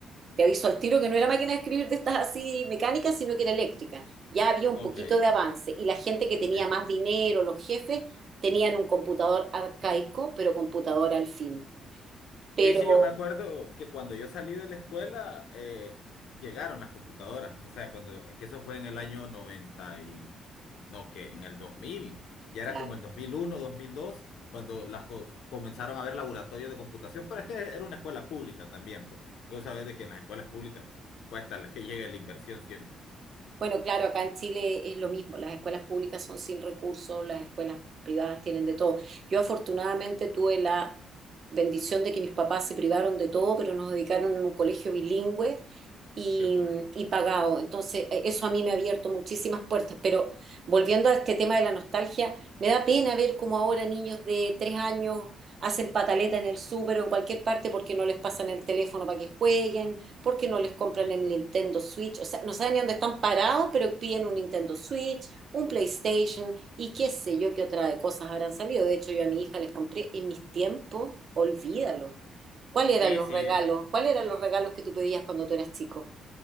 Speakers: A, on the right; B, on the left.
A: Te aviso al tiro que no era máquina de escribir de estas así mecánicas, sino que era eléctrica. Ya había un
B: ok,
A: poquito de avance y la gente que tenía
B: sí, sí.
A: más dinero, los jefes, tenían un computador arcaico, pero computador al fin. Pero,
B: Sí, sí, yo me acuerdo que cuando yo salí de la escuela eh, llegaron las computadoras, o sea, cuando que eso fue en el año 90 y no, que en el 2000 ya
A: claro,
B: era como el dos dos mil uno dos mil dos cuando las co- comenzaron a haber laboratorios de computación, pero es que era una escuela pública también, pues. Tú sabes de que en las escuelas públicas pues, cuesta la que llegue la inversión siempre.
A: Bueno, claro, acá en Chile es lo mismo, las escuelas públicas son sin recursos, las escuelas privadas tienen de todo. Yo afortunadamente tuve la bendición de que mis papás se privaron de todo, pero nos dedicaron en un colegio bilingüe y,
B: Qué bueno.
A: y pagado. Entonces, eh, eso a mí me ha abierto muchísimas puertas. Pero volviendo a este tema de la nostalgia, me da pena ver cómo ahora niños de tres años hacen pataleta en el súper o en cualquier parte porque no les pasan el teléfono para que jueguen porque no les compran
B: Sí,
A: el
B: sí.
A: Nintendo Switch, o sea, no saben ni dónde están parados, pero piden un Nintendo Switch, un PlayStation y qué sé yo qué otra de cosas habrán salido. De hecho, yo a mi hija les compré en mis tiempos, olvídalo. ¿Cuáles eran
B: Sí,
A: los
B: sí.
A: regalos? ¿Cuáles eran los regalos que tú pedías cuando tú eras chico?